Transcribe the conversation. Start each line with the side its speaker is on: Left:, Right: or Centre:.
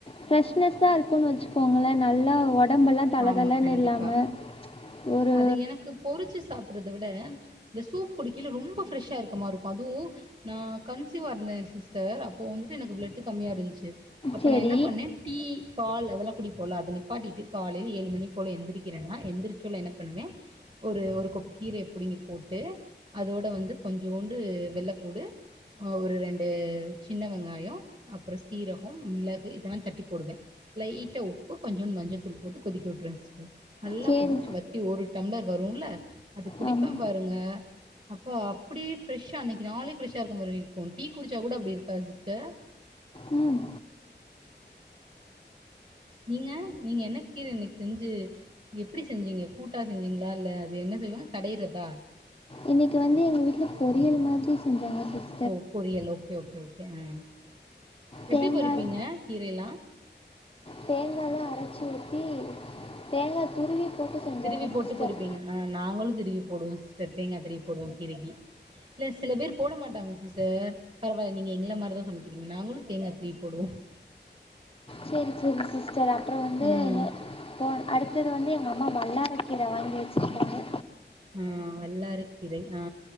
Left: ஃப்ரெஷ்னெஸ்சா இருக்கும்னு வச்சுக்கோங்களேன் நல்லா உடம்பெல்லாம் தலதலனு
Right: ஆமா கண்டிப்பா
Left: இல்லாம ஒரு
Right: அது எனக்கு பொறிச்சு சாப்டறத விட இந்த சூப் குடிக்கில ரொம்ப ஃப்ரெஷ்ஷா இருக்க மாதிரி இருக்குஅதுவு நா கன்சிவா இருந்தேளலம சிஸ்டர் அப்போ வந்துட்டு எனக்கு ப்லெட் கம்மியா இருந்துச்சி அப்ப
Left: சரி
Right: நா என்ன பண்ணே டீ பால் அதெல்லா குடிப்போல அத நிப்பாட்டிட்டு காலைல ஏழு மணிக்கு போல எந்திரிக்கறேனா எந்திரச்சோன என்ன பண்ணுவே ஒரு ஒரு கொப் கீரையை புடுங்கி போட்டு அதோட வந்து கொஞ்சோண்டு வெள்ள பூண்டு அ ஒரு ரெண்டு சின்ன வெங்காயோ அப்பறம் சீரகம் மிளகு இதெல்லா தட்டி போடுவே லைட்டா உப்பு கொஞ்சோன்டு மஞ்சதூள் போட்டு கொதிக்க விட்டுருவே சிஸ்டர் நல்லா
Left: சரி
Right: கொதிச்சு வச் ஒரு டம்ளர் வரும்ல அது குடிப்பே
Left: ஆமாம்
Right: பாருங்க அப்பா அப்டியே ஃப்ரெஷ்ஷா அன்னைக்கு நாலே ஃப்ரஷ்ஷா இருக்க மாரி இருக்கு டீ குடிச்சா கூட அப்டி இருக்காது சிஸ்டர்
Left: ம்
Right: நீங்க நீங்க என்ன கீர இன்னைக்கு செஞ்சு எப்டி செஞ்சீங்க கூட்டா செஞ்சிங்களா இல்லை அது என்ன செய்வாங்க கடையிறதா
Left: இன்னைக்கு வந்து எங்க வீட்ல பொறியல் மாதிரி செஞ்சாங்க சிஸ்
Right: ஓ பொரியல் ஓகே ஓகே ஓகே ஆ
Left: தேங்காய்
Right: எப்டி பொறிப்பீங்க கீரையல்லா
Left: தேங்காலா அரைச்சு ஊத்தி தேங்கா துருவி போட்டு செஞ்சாங்க
Right: திருவி போட்டு
Left: சிஸ்டர்
Right: பொறிப்பீங்க ஆ நாங்களு திருவி போடுவோ சிஸ்டர் தேங்காத் திருவி போடுவோ கீரைக்கு இல்ல சில பேர் போட மாட்டாங்க சிஸ்டர் பரவால நீங்க எங்கள மாரிதா சமைக்கிறீங்க நாங்களு தேங்கா திருவி போவோ
Left: சேரி சேரி சிஸ்டர் அப்றோ வந்து
Right: ம்
Left: நே போ அடுத்தது வந்து எங்க அம்மா வல்லார கீரவாங்கி வச்சிருக்காங்க
Right: ஆ வல்லாரை கீரை ஆ